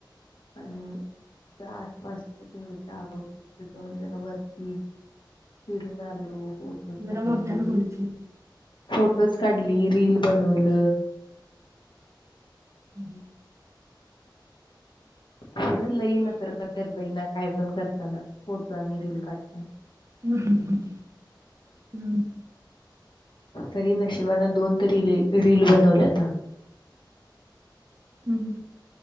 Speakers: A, on the left (about 75°); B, on the right (about 35°).
A: आणि जा मस्त जाग होती तिथ जौन जरा वरती फिरून आलो फोटोज
B: जरा मोठ्यानं बोल की
A: काढली रील बनवल
B: हम्म
A: पोरं लई नकर करतात बईना काय पण करता ना फोटो आणि रील काढता
B: हम्म हम् हम हम्
A: तरी नशिबान दोन तरी रील बनवल्या त.
B: हम्म